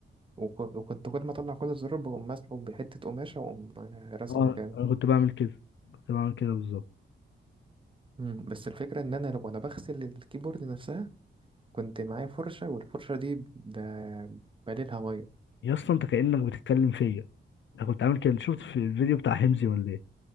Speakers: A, on the right; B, on the left.
A: وك- وكنت كل ما أطلع كل الزرار بقوم مسحه بحتة قماشة وأقوم آه، راسعه
B: اه
A: مكانه
B: انا كنت بعمل كده كنت بعمل كده بالظبط
A: مم. بس الفكرة إن أنا لو أنا بغسل الكيبورد نفسها كنت معايا فرشة والفرشة دي ب- ب- بليلها مية
B: يا اسطى انت كأنك بتتكلم فيا انا كنت عامل كده أنت شفت في الفيديو بتاع حمزي ولا ايه